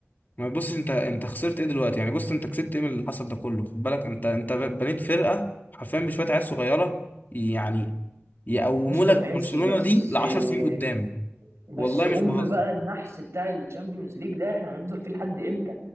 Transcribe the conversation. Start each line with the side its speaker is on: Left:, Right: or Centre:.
Left: ما بص انت انت خسرت ايه دلوقتي يعني بص انت كسبت ايه من اللي حصل ده كله خد بالك انت انت بنيت فرقه حرفيا بشويه عيال صغيره يعني يقوموا
Right: يا اسطى
Left: لك
Right: ماشي
Left: برشلونه
Right: بس
Left: دي ل
Right: آه،
Left: 10 سنين قدام
Right: بس
Left: والله
Right: ام
Left: مش بهزر
Right: بقى النحس بتاع الشامبيونز ليج ده احنا هنفضل فيه لحد امتى؟